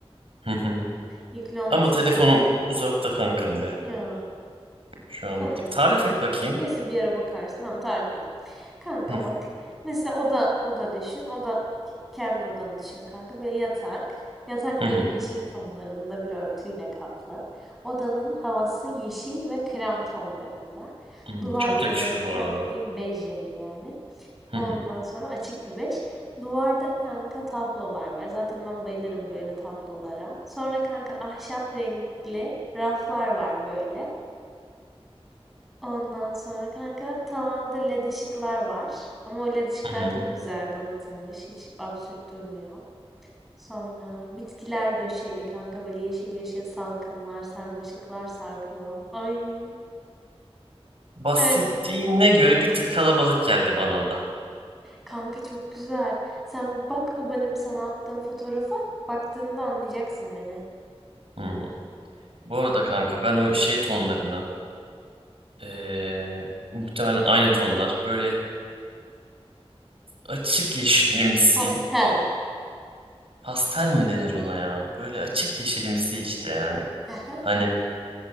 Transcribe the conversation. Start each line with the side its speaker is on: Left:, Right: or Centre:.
Right: Hı hı.
Centre: Yükle olması
Right: Ama telefonum
Centre: bile güzel.
Right: uzakta kankam be.
Centre: Ya.
Right: Şu an
Centre: Tamam
Right: bir tık. Tarif
Centre: kanka.
Right: et bakayım.
Centre: Neyse bir ara bakarsın. Tamam tarif edeyim. Kanka
Right: Hı
Centre: bak. Mesela oda oda düşün. Oda ke- kendi odanı düşün kanka. Böyle yatak. Yatak
Right: hı.
Centre: böyle
Right: hı.
Centre: yeşil tonlarında bir örtüyle kaplı. Odanın havası yeşil ve krem tonlarında.
Right: Hı,
Centre: Duvar
Right: Çok yakışıyor
Centre: böyle krem
Right: bu arada.
Centre: dediğim bej rengi yani.
Right: Hı
Centre: Ondan
Right: hı.
Centre: sonra açık bir beş. Duvarda kanka tablolar var. Zaten ben bayılırım böyle tablolara. Sonra kanka ahşap renkli raflar var böyle. Ondan sonra kanka tavanda led ışıklar var. Ama o led ışıklar
Right: Hı hı.
Centre: çok güzel donatılmış. Hiç absürt durmuyor. Sonra bitkiler döşeli kanka böyle yeşil yeşil salkımlar, sarmaşıklar sarkıyor. Ay
Right: Bahsettiğine
Centre: hayal et.
Right: göre bir tık kalabalık geldi bana o da.
Centre: Kanka çok güzel. Sen bir bak o benim sana attığım fotoğrafa baktığında anlayacaksın beni.
Right: Hı. Bu arada
Centre: Evet.
Right: kanka ben o şey tonlarına ee, muhtemelen aynı tonlar böyle açık yeşilimsi
Centre: Pastel.
Right: Pastel mi denir ona ya? Böyle açık yeşilimsi işte yani.
Centre: Aha.
Right: Hani